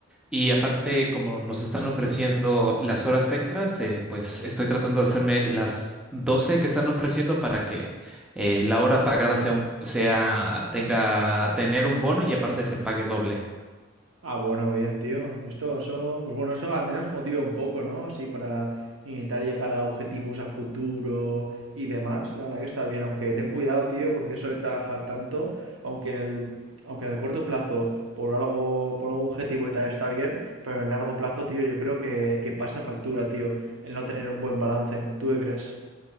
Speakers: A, in the centre; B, on the right.
A: y aparte como nos están ofreciendo las horas extras, eh, pues estoy tratando de hacerme las doce que están ofreciendo para que eh, la hora pagada sea un, sea, tenga, tener un bono y aparte se pague doble.
B: Ah, bueno, bien, tío. Esto, eso, pues bueno, eso al menos motiva un poco, ¿no? Así para intentar llegar a objetivos a futuro y demás. La verdad que está bien, aunque ten cuidado, tío, porque eso de trabajar tanto, aunque en el, aunque en el corto plazo por algo, por algún objetivo y tal está bien, pero en el largo plazo, tío, yo creo que, que pasa factura, tío, el no tener un buen balance. ¿Tú qué crees?